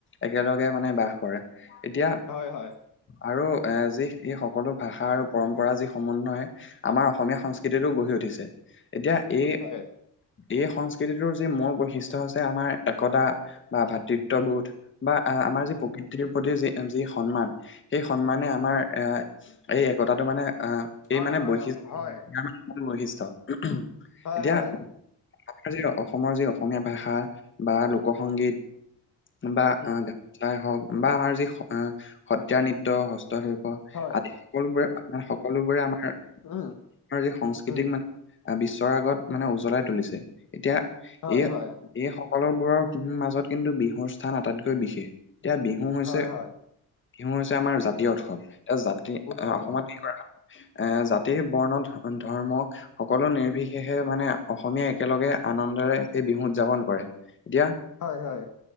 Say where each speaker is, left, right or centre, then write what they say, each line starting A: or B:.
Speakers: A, on the left; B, on the left.
A: একেলগে মানে বাস কৰে এতিয়া
B: হয় হয়
A: আৰু এ যি এই সকলো ভাষা আৰু পৰম্পৰা যি সমন্য়,,, আমাৰ অসমীয়া সংস্কৃতিটো গঢ়ি উঠিছে এতিয়া এই,,,,,
B: হয়
A: এই সংস্কৃতিটোৰ যি মূল বৈশিষ্ট্য় হৈছে আমাৰ একতা বা ভাত। তত্ববোধ বা আমাৰ যি প্ৰকৃতিৰ প্ৰতি যি যি সন্মান তি সেই সন্মানে আমাৰ এ এই একতাটো মানে আহ এই
B: হয়
A: মানে
B: হয়
A: বৈশিষ্ট
B: অ, হয়
A: ইাৰ বৈশিষ্ট্য় ওম ওম
B: হয়
A: এতিয়া
B: হয়
A: আমাৰ যি অসমৰ যি অসমীয়া ভাষা বা লোক সংগীত। বা
B: উম
A: গ গাই হওঁক বা আমাৰ যি সত্ৰীয়া নৃত্য হস্তশিল্প।
B: হয়
A: আদি সকলোবোৰে সকলোবোৰে আমাৰ
B: উম
A: আমাৰ যি সংস্কৃতিক
B: উম
A: মানে। আহ' বিশ্বৰ আগত মানে উজ্বলাই তুলিছে এতিয়া
B: হয়
A: এই
B: হয়
A: এই হক সকলোবোৰৰ মাজত কিন্তু বিহুৰ স্থান আটাইতকৈ বিশেষ এতিয়া বিহু হৈছে।
B: হয় হয়
A: বিহু হৈছে আমাৰ জাতীয় উৎসৱ এতিয়া জাতি
B: উৎসৱ
A: অসমত
B: অ
A: কি কৰা এ, জাতি বৰ্ণ ধৰ্ম সকলো নিৰ্বিশেষ। সে মানে অসমীয়া একেলগে আনন্দৰে এই বিহু উদযাপন কৰে। এতিয়া
B: হয়ঁ হয়ঁ।